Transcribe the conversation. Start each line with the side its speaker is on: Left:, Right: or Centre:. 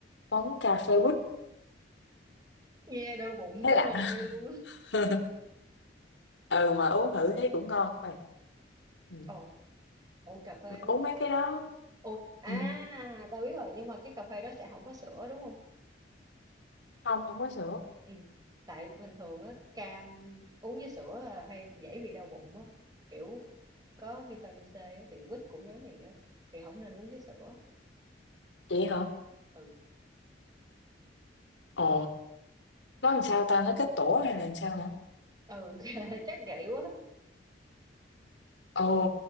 Left: món cà phê quýt
Right: nghe đau bụng
Left: thấy
Right: tới
Left: lạ
Right: nơi luôn á.
Left: <laughs> ừ mà uống thử thấy cũng ngon mày ừ.
Right: Ờ Ủa cà phê uống
Left: uống
Right: với
Left: mấy
Right: quýt.
Left: cái đó
Right: Ủa à
Left: ừ.
Right: tao biết rồi nhưng mà cái cà phê đó sẽ không có sữa đúng không?
Left: không không có sữa
Right: Ừ. Tại bình thường á cam uống với sữa là hay dễ bị đau bụng á. Kiểu có vitamin C á, thì quýt cũng giống vậy á. Thì không nên uống với sữa.
Left: vậy hả
Right: Ừ.
Left: ồ nó làm sao ta nó kết tổ hay là làm sao hả
Right: Ừ <laughs> chắc vậy quá.
Left: ồ